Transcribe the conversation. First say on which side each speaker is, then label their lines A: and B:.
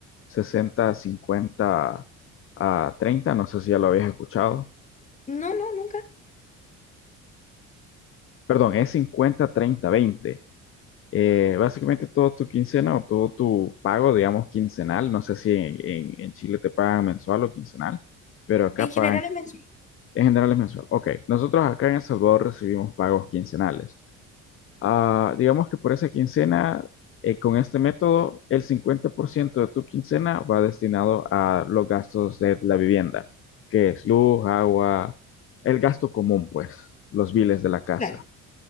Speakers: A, on the left; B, on the left.
A: 60 50 a treinta No sé si ya lo habías escuchado.
B: No, no, nunca.
A: Perdón, es cincuenta treinta veinte Eh, básicamente todo tu quincena o todo tu pago, digamos, quincenal. No sé si en, en- en Chile te pagan mensual o quincenal, pero acá
B: En general
A: pagan,
B: es mensual.
A: en general es mensual. Ok, nosotros acá en El Salvador recibimos pagos quincenales. Ah, digamos que por esa quincena, eh, con este método, el 50% de tu quincena va destinado a los gastos de la vivienda, que es luz, agua, el gasto común, pues, los biles de la casa.
B: Claro,